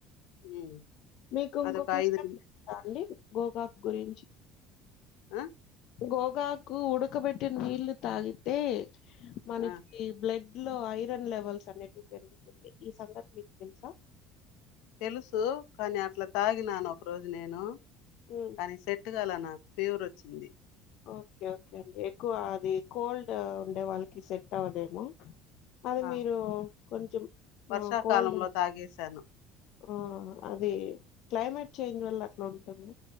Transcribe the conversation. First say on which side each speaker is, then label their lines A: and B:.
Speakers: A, on the left (about 80°); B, on the left (about 60°).
A: ఉమ్.
B: మీకు ఇంకొక
A: అదొక
B: విషయం
A: ఐదు ని-
B: తెలుసా అండి గోకాక్ గురించి
A: అ
B: గోగాకు ఉడకబెట్టిన్ నీళ్లు తాగితే మనకి
A: ఆ.
B: బ్లడ్ ఒంట్లో ఐరన్ లెవెల్స్ అనేవి పెరుగుతుంది ఈ సంగతి మీకు తెలుసా
A: తెలుసు కానీ అట్లా తాగినాను ఒక రోజు నేను
B: ఉమ్,
A: కానీ సెట్ గాల నాకు ఫీవర్ వచ్చింది
B: ఓకే ఓకే అండి ఎక్కువ అది కోల్డ్ ఉండే వాళ్ళకి సెట్ అవ్వదేమో అది
A: ఆ,
B: మీరు కొంచెం
A: వర్షాకాలంలో
B: కోల్డ్
A: తాగేశాను
B: హా అది క్లైమేట్ చేంజ్ వల్ల అట్లా ఉంటది